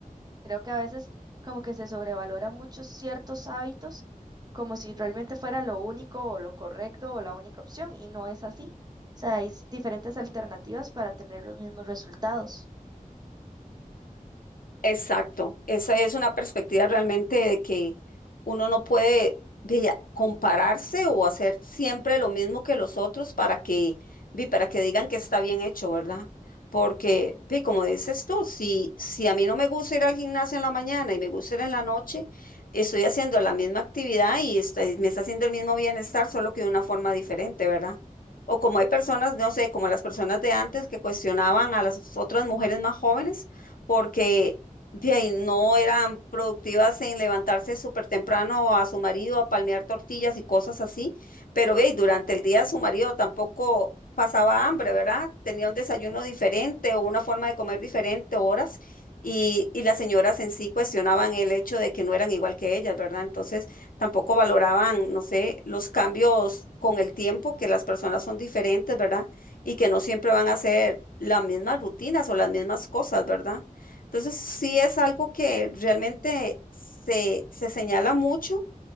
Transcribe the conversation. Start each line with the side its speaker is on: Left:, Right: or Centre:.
Right: Creo que a veces como que se sobrevalora muchos ciertos hábitos como si realmente fuera lo único o lo correcto o la única opción y no es así. O sea, hay s- diferentes alternativas para tener los mismos resultados.
Left: Exacto, esa es una perspectiva realmente de que uno no puede vea, compararse o hacer siempre lo mismo que los otros para que, vi, para que digan que está bien hecho, ¿verdad? Porque, vi, como dices tú, si, si a mí no me gusta ir al gimnasio en la mañana y me gusta ir en la noche, estoy haciendo la misma actividad y estoy- me está haciendo el mismo bienestar, solo que de una forma diferente, ¿verdad? O como hay personas, no sé, como las personas de antes que cuestionaban a las otras mujeres más jóvenes porque de ahí no eran productivas en levantarse súper temprano a su marido a palmear tortillas y cosas así, pero ve, y durante el día su marido tampoco pasaba hambre, ¿verdad? Tenía un desayuno diferente o una forma de comer diferente, horas, y, y las señoras en sí cuestionaban el hecho de que no eran igual que ellas, ¿verdad? Entonces tampoco valoraban, no sé, los cambios con el tiempo, que las personas son diferentes, ¿verdad? Y que no siempre van a hacer las mismas rutinas o las mismas cosas, ¿verdad? Entonces, sí es algo que realmente se, se señala mucho